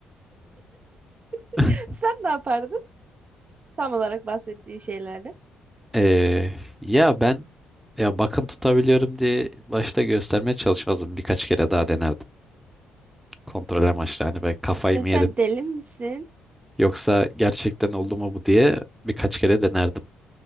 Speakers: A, on the right; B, in the centre.
A: <laughs>
B: <laughs>
A: Sen ne yapardın? Tam olarak bahsettiğin şeylerde.
B: Ee, ya ben ya bakın tutabiliyorum diye başta göstermeye çalışmazdım. Birkaç kere daha denerdim. Kontrol amaçlı hani ben kafayı
A: Ya
B: mı
A: sen
B: yedim
A: deli misin?
B: yoksa gerçekten oldu mu bu diye birkaç kere denerdim.